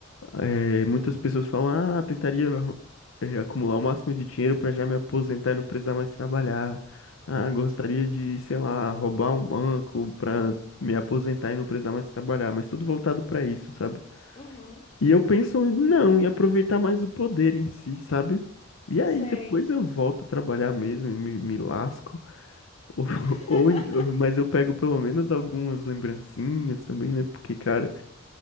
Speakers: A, on the left (about 80°); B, on the left (about 30°).
A: É, muitas pessoas falam, ah, tentaria, é, acumular o máximo de dinheiro pra já me aposentar e não precisar mais trabalhar. Ah, gostaria
B: Uhum.
A: de, sei lá, roubar um banco pra me aposentar e não precisar mais trabalhar. Mas tudo voltado pra isso, sabe?
B: Uhum.
A: E eu penso em não, em aproveitar mais o poder em si, sabe? E aí
B: Sei.
A: depois eu volto a trabalhar mesmo e me, me lasco. <laughs> Ou,
B: <laughs>
A: ou, em- mas eu pego pelo menos algumas lembrancinhas também, né? Porque, cara,